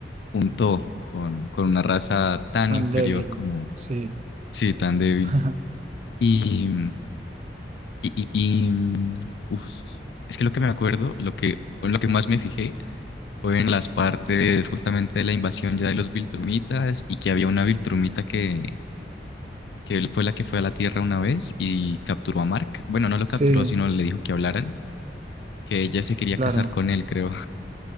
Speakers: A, on the left (about 65°); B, on the right (about 35°).
A: juntó con, con una raza tan
B: tan
A: inferior
B: débil.
A: como...
B: Sí.
A: Sí, tan débil.
B: <laughs>
A: Y... y, y- y, mm, uf, es que lo que me acuerdo, lo que, en lo que más me fijé fue en las partes justamente de la invasión ya de los Viltrumitas y que había una Viltrumita que que él fue la que fue a la Tierra una vez y capturó a Mark. Bueno, no lo
B: Sí,
A: capturó, sino le dijo que hablaran. que ella se quería
B: claro.
A: casar con él, creo.